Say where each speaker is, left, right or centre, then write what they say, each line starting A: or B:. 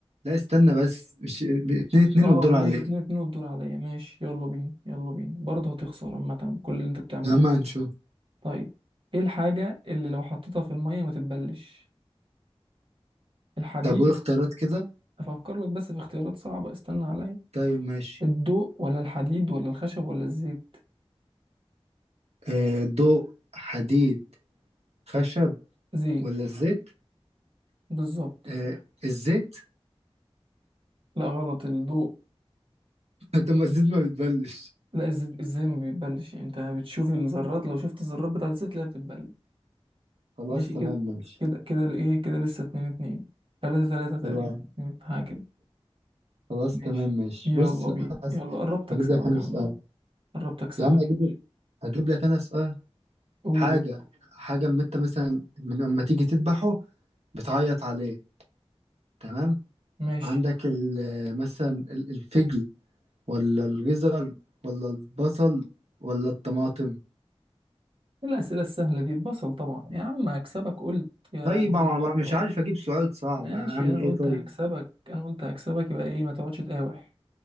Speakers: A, on the right (about 80°); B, on the right (about 55°).
A: لا استنى بس مش اتنين اتنين
B: اه
A: والدور
B: ماشي
A: عليك
B: 2 2 والدور عليا ماشي يلا بينا يلا بينا برضه هتخسر عامة كل اللي انت بتعمله
A: يا عم هنشوف
B: طيب ايه الحاجة اللي لو حطيتها في المية ما تتبلش الحديد
A: طب قول اختيارات كده
B: افكر لك بس في اختيارات صعبة استنى عليا
A: طيب ماشي
B: الضوء ولا الحديد ولا الخشب ولا الزيت
A: آه ضوء حديد خشب
B: زيت
A: ولا الزيت
B: بالظبط
A: آه الزيت
B: لا غلط الضوء
A: <laughs> طب ما الزيت ما بتبلش
B: لا الزيت ازاي ما بيتبلش انت بتشوف الذرات لو شفت الذرات بتاعت الزيت تلاقيها بتتبل
A: خلاص
B: ماشي
A: تمام
B: كده
A: ماشي
B: كده كده ايه كده لسه اتنين اتنين تلاتة تلاتة تقريبا
A: خلاص
B: اتنين- حاجة كده
A: خلاص
B: ماشي
A: تمام ماشي
B: يلا
A: بص
B: بينا
A: هس-
B: يلا قربت اكسبك
A: هجيب لك انا
B: عمال
A: سؤال
B: قربت اكسبك
A: يا عم اجيب هجيب لك انا سؤال
B: قول
A: حاجة حاجة أما أنت مثلا من لما تيجي تذبحه بتعيط عليه تمام
B: ماشي
A: عندك ال- مثلا ال- الفجل ولا الجزر ولا البصل ولا الطماطم
B: إيه الأسئلة السهلة دي البصل طبعا يا عم هكسبك قلت يا
A: طيب
B: الله
A: أنا بقى مش عارف أجيب سؤال صعب
B: ماشي
A: أعمل
B: أنا
A: إيه
B: قلت
A: طيب
B: هكسبك أنا قلت هكسبك يبقى إيه ما تقعدش تقاوح